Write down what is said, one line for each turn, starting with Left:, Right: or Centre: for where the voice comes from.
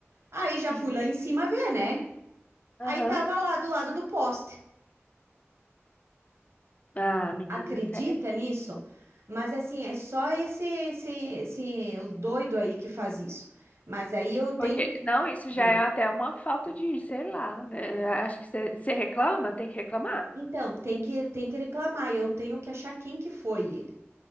Right: Aí já
Left: sim.
Right: fui lá em cima ver, né?
Left: Aham.
Right: Aí tava lá do lado do poste.
Left: Ah, menina,
Right: Acredita
Left: sério.
Right: nisso? Mas assim, é só esse, esse, esse doido aí que faz isso. Mas aí eu tenho
Left: Porque,
Right: que
Left: não,
Right: descobrir.
Left: isso já é até uma falta de, sei lá, né? Acho que você reclama, tem que reclamar.
Right: Então, tem que, tem que reclamar. Eu tenho que achar quem que foi ele.